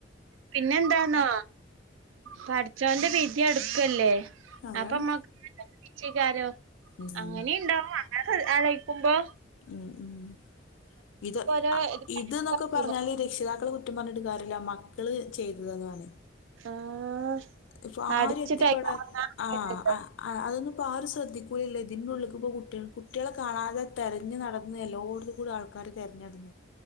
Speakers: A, on the right; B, on the left.
A: പിന്നെന്താന്നോ പഠിച്ചവന്റെ വിതി അടുക്കല്ലേ
B: അതാണ്
A: അപ്പൊമ്മക്ക് ക്ഷിക്കാരോ
B: ഉം
A: അങ്ങനെയുണ്ടാവ അലേയ്ക്കുമ്പോ
B: ഉം ഉം ഇത്
A: ഓരോ ഇത് കണക്കാക്കില്ലേ
B: ഇത്ന്നൊക്കെ പറഞ്ഞാല് രക്ഷിതാക്കൾ കുറ്റം പറഞ്ഞഞ്ട്ട് ക്കാര്യല്ല മക്കള് ചെയ്തതാണ്
A: ആഹ്
B: ഇപ്പൊ
A: അടച്ചിട്ടയ്ക്ക്
B: ആരും എത്തിപ്പെടാ
A: ഉറങ്ങാല്ലോ
B: ആഹ് ആഹ് ആഹ് അതൊന്നുംപ്പോൾ ആ ഒരു ശ്രദ്ധിക്കൂലല്ലോ ഇന്റെള്ളേക്ക്പ്പോ കുട്ടികൾ കുട്ടികളെ കാണാതെ തെരഞ്ഞു നടന്ന് എല്ലായിടത്തും കൂടി ആൾക്കാാര് തിരഞ്ഞെടുന്ന്